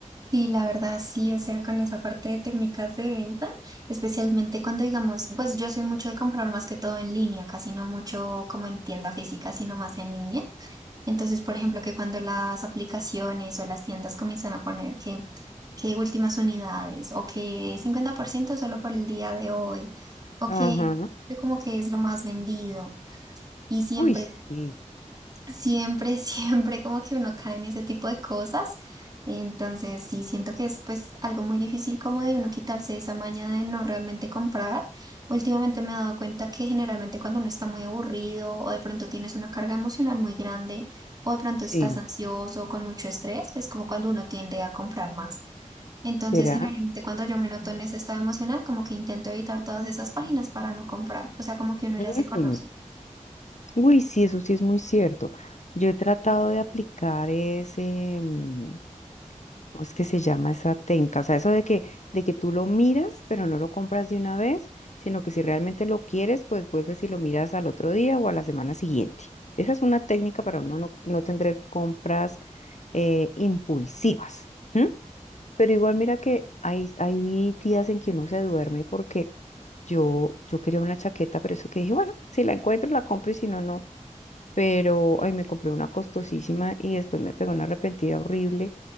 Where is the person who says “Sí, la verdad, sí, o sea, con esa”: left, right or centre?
Right